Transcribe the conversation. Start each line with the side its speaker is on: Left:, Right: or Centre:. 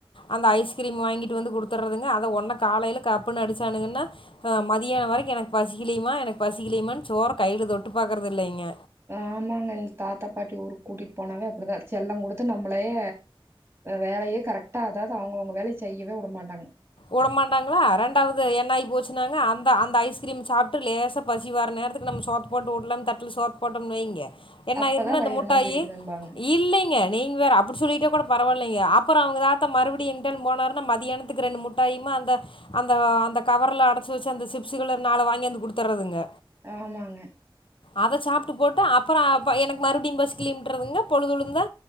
Left: அந்த ஐஸ்கிரீம் வாங்கிட்டு வந்து குடுத்தட்றதுங்க அத ஒன்ன காலைல கப்புன்னு அடிச்சானுங்கன்னா அ மதியானம் வரைக்கும் எனக்கு பசிக்கிலயிம்மா எனக்கு பசிக்கிலயிம்மா சோற கைல தொட்டு பாக்குறது இல்லங்க
Right: ஆமாங்க இந்த தாத்தா பாட்டி ஊருக்கு கூட்டிட்டு போனாவே அப்பிடிதா செல்லம் குடுத்து நம்பளய வேலயே கரக்ட் டா அதாவது அவங்கவுங்க வேலய செய்யவே உடமாட்டாங்க
Left: உடமாட்டாங்ளா அரண் ரெண்டாவது என்ன ஆயி போச்சுனாங்க அந்த அந்த ஐஸ்கிரீம் சாப்ட்டு லேசா பசி வர நேரத்துக்கு நம்ம சோத்த போட்டு உட்லான்னு தட்ல சோத் போட்டம்ன்னு வைங்க என்ன
Right: அப்பதா
Left: ஆயிரும்ன்னா
Right: வயிறு
Left: இந்த முட்டாயி
Right: நொம்பி இருக்குதுன்பாங்க
Left: இல்லைங்க நீங்க வேற அப்பிடி சொல்லிட்டா கூட பரவால்லைங்க அப்பறோ அவங்க தாத்தா மறுபடி இன்டன் போனாருன்னா மதியானத்து ரெண்டு முட் டாயிம்பா அந்த அந்த அந்த கவர்ல அடைச்சு வச்ச அந்த சிப்ஸ் கலர் நாலு வாங்கியாந்து குடுத்தர்றதுங்க
Right: ஆமாங்க
Left: அத சாப்ட்டு போட்டு அப்பறோ எனக்கு மறுபடியு பசிக்கல இன்றதுங்க பொழுதுழுந்தா